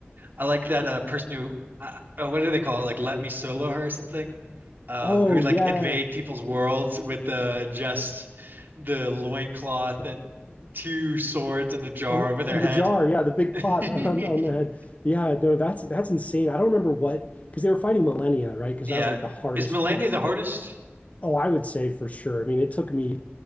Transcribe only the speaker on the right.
I like that uh person who uh, uh, what do they call it? Like let me solo her or something. Um,
who would like
invade people's worlds with uh just the loincloth and two swords and a jar
over their
head.
<laughs>
Yeah.
Is Millennia
the hardest?